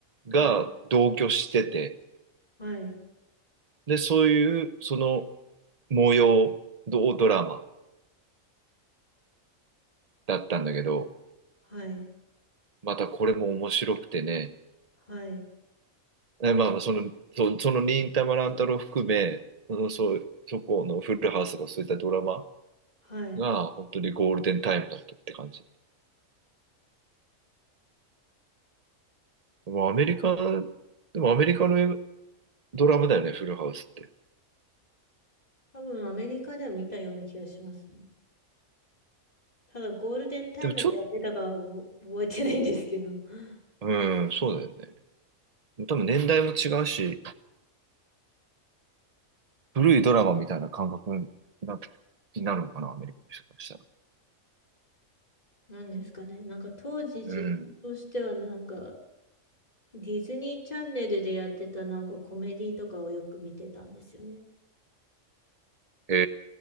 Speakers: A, on the left; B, on the right.
A: はい、
B: が同居してて、
A: はい、
B: で、そういうその模様ドドラマだったんだけど、
A: はい、
B: またこれも面白くてね、
A: はい、
B: えまあまあその、そ、その忍たま乱太郎含め、その、そう、そこのフルハウスがそういったドラマ
A: はい。
B: が本当にゴールデンタイムだったって感じ。もうアメリカ、でもアメリカのドラマだよね、フルハウスって。
A: 多分アメリカでは見たような気がしますね。ただゴールデンタイムでやってたかは覚覚えてないんですけど。
B: でもちょっと、
A: <laughs>
B: うん、そうだよね。多分年代も違うし、古いドラマみたいな感覚にな、になるのかな、アメリカの人からしたら。
A: なんですかね。なんか当時自分としてはなんか
B: うん。
A: ディズニーチャンネルでやってたなんかコメディとかをよく見てたんですよね。
B: へ